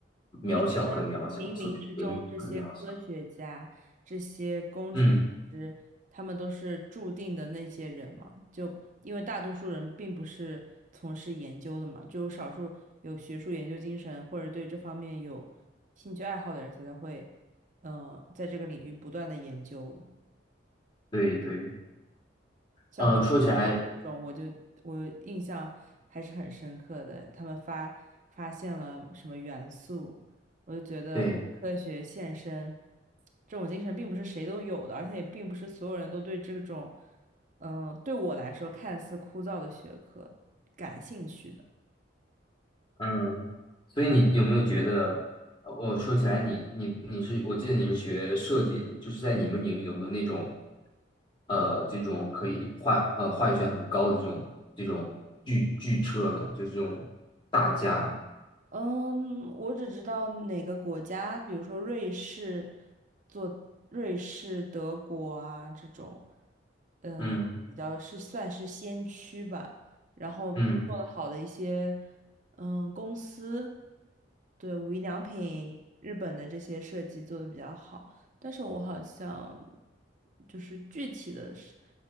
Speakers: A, on the right; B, on the left.
A: 你是觉得冥冥之中这些科学家、
B: 渺小很渺小，所以很渺小。
A: 这些工程师，
B: 嗯，
A: 他们都是注定的那些人吗？就因为大多数人并不是从事研究的嘛，只有少数有学术研究精神或者对这方面有兴趣爱好的人才才会，嗯、在这个领域不断的研究。
B: 对对，
A: 像巨人这种，
B: 呃，说起来，
A: 我就我印象还是很深刻的。他们发发现了什么元素，我就觉得为科学献身
B: 对。
A: 这种精神并不是谁都有的，而且也并不是所有人都对这种，嗯、对我来说看似枯燥的学科感兴趣的。
B: 嗯，所以你有没有觉得，呃我说起来你，你你是，我记得你是学设计的，就是在你们领域有没有那种，呃，这种可以话呃话语权很高的这种这种巨巨车呢？就是这种大家，
A: 嗯，我只知道哪个国家，比如说瑞士，做瑞士、德国啊这种，嗯，
B: 嗯
A: 比较是算是先驱吧。然后做的好的一些，
B: 嗯。
A: 嗯，公司，对，无印良品、日本的这些设计做的比较好。但是我好像就是具体的是